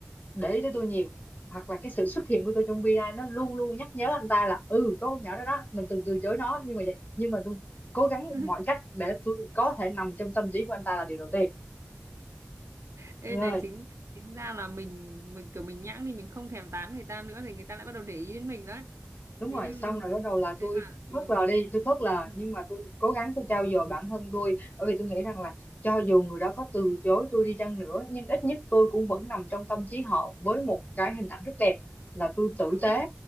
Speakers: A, on the left; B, on the right.
A: để ý tới tôi nhiều hoặc là cái sự xuất hiện của tôi trong VNI nó luôn luôn nhắc nhớ anh ta là ừ có con nhỏ đó đó mình từng từ chối nó nhưng mà vậy nhưng mà tôi cố gắng
B: <laughs>
A: mọi cách để tôi có thể nằm trong tâm trí của anh ta là điều đầu tiên
B: Ê
A: rồi
B: này chính chính ra là mình mình kiểu mình nhãng thì mình không thèm tán người ta nữa thì người ta lại bắt đầu để ý đến mình đấy.
A: đúng
B: Thế
A: rồi
B: nhưng
A: xong rồi bắt đầu là tôi
B: thế mà ừ,
A: phớt lờ đi tôi phớt lờ
B: <laughs>
A: nhưng mà tôi cố gắng tôi trau dồi bản thân tôi bởi vì tôi nghĩ rằng là cho dù người đó có từ chối tôi đi chăng nữa nhưng ít nhất tôi cũng vẫn nằm trong tâm trí họ với một cái hình ảnh rất đẹp là tôi tử
B: đúng.
A: tế